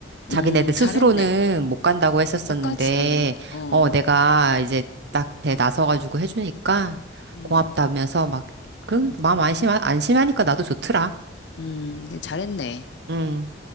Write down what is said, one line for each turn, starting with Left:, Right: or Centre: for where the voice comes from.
Right: 자기네들
Left: 음, 잘했네.
Right: 스스로는 못 간다고 했었었는데,
Left: 못 가지. 어,
Right: 어, 내가 이제 딱 대 나서가지고 해주니까
Left: 음.
Right: 고맙다면서 막, 그,
Left: 음.
Right: 마음 안심, 안심하니까 나도 좋더라.
Left: 음. 잘했네.
Right: 응.